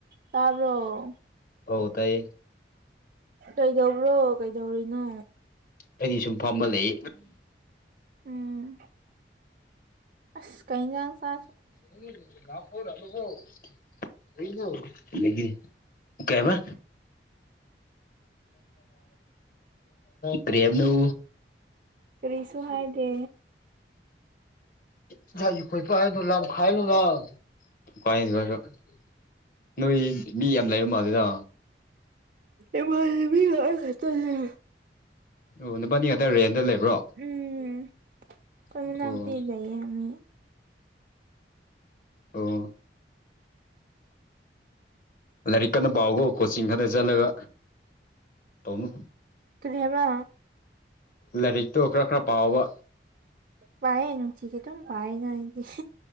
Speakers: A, on the right; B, on the left.
A: ꯇꯥꯕꯔꯣ
B: ꯍꯧ ꯇꯥꯏ
A: ꯀꯩꯗꯧꯕ꯭ꯔꯣ ꯀꯩꯗꯧꯔꯤꯅꯣ
B: ꯑꯩꯅꯤ ꯁꯨꯝ ꯐꯝꯕ ꯂꯩ
A: ꯎꯝ ꯑꯁ ꯀꯩꯖꯥꯡ ꯆꯥ
B: <unintelligible> ꯂꯩꯒꯤ ꯀꯩꯕ ꯀ꯭ꯔꯤ ꯍꯥꯏꯕꯅꯣ
A: ꯀꯔꯤꯁꯨ ꯍꯥꯏꯗꯦ
B: <unintelligible> ꯅꯣꯏ ꯃꯤ ꯌꯥꯝ ꯂꯩꯕ ꯃꯥꯜꯂꯤꯗ
A: ꯏꯃꯥꯟꯅꯕꯤꯗ ꯑꯩ ꯈꯛꯇꯅꯤ
B: ꯑꯣ ꯅꯕꯥꯟꯅꯤ ꯑꯗꯥ ꯔꯦꯟꯗ ꯂꯩꯕ꯭ꯔꯣ
A: ꯎꯝ ꯑꯩꯈꯣꯏ ꯃꯅꯥꯛꯇꯤ
B: ꯑꯣ
A: ꯂꯩꯏꯌꯦ ꯃꯤ
B: ꯑꯣ ꯂꯥꯏꯔꯤꯛ ꯀꯟꯅ ꯄꯥꯈꯣ ꯀꯣꯆꯤꯡ ꯈꯛꯇ ꯆꯠꯂꯒ ꯇꯧꯅꯨ
A: ꯀꯔꯤ ꯍꯥꯏꯕ
B: ꯂꯥꯏꯔꯤꯛꯇꯣ ꯈꯔ ꯈꯔ ꯄꯥꯎꯕ
A: ꯄꯥꯌꯦ ꯅꯨꯡꯇꯤꯒꯤ ꯑꯗꯨꯝ ꯄꯥꯌꯦꯅ ꯑꯩꯗꯤ